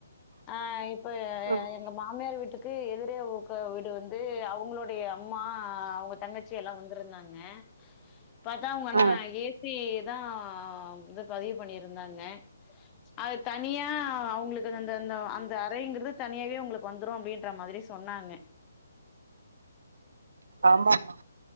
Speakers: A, on the left; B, on the right.
A: ஆ இப்ப
B: ம்
A: எங்க மாமியார் வீட்டு க்கு எதிரே வீடு வந்து அவங்களுடைய அம்மா ஆ அவங்க தங்கச்சி எல்லா வந்திருந்தாங்க பத்தா அவங்கன்னா
B: ஆ
A: ஏசி தா வந்து பதிவு பண்ணியிருந்தாங்க அது தனியா அவங்களுக்கு அந்த அந்த அந்த அறைங்கிறது தனியாவே உங்களுக்கு வந்துரு அப்டின்ற மாதிரி சொன்னாங்க
B: ஆமாமா